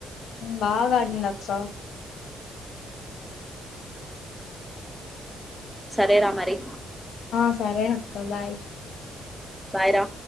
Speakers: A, on the left (about 70°); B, in the centre.
A: బాగా ఆడింద అక్క
B: సరే రామరి
A: ఆ సరే అక్క బాయ్
B: బాయ్ రా